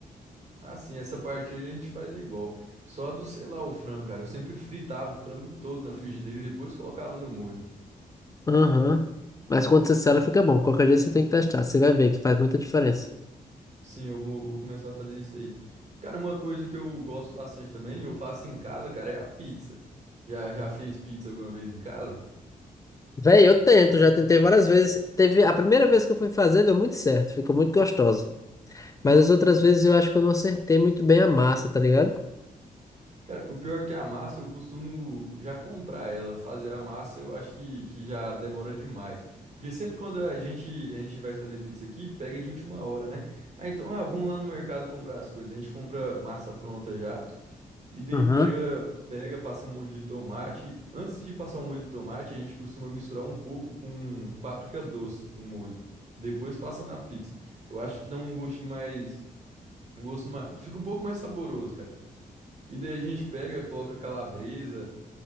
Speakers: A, on the right; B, on the left.
A: Ah, sim, essa parte aí a gente faz igual. Só a do selar o frango, cara. Eu sempre fritava o frango todo na frigideira e depois colocava no molho.
B: Aham. Mas quando você sela fica bom. Qualquer dia você tem que testar, você vai ver que faz muita diferença.
A: Sim, eu vou, vou começar a fazer isso aí. Cara, uma coisa que eu gosto bastante também, eu faço em casa, cara, é a pizza. Já, já fez pizza alguma vez em casa?
B: Véi, eu tento, já tentei várias vezes. Teve a primeira vez que eu fui fazer, deu muito certo, ficou muito gostosa. Mas as outras vezes eu acho que eu não acertei muito bem a massa, tá ligado?
A: Cara, o pior é que a massa eu costumo já comprar ela. Fazer a massa eu acho que, que já demora demais. Porque sempre quando a gente, a gente vai fazer pizza aqui, pega de última hora, né? Ah, então, ah, vamos lá no mercado comprar as coisas. A gente compra massa pronta já. E daí
B: Aham,
A: pega, pega, passa molho de tomate. Antes de passar o molho de tomate, a gente costuma misturar um pouco com páprica doce, o molho. Depois passa na pizza. Eu acho que dá um gostinho mais. Um gosto mais. Fica um pouco mais saboroso, cara. E daí a gente pega, coloca calabresa.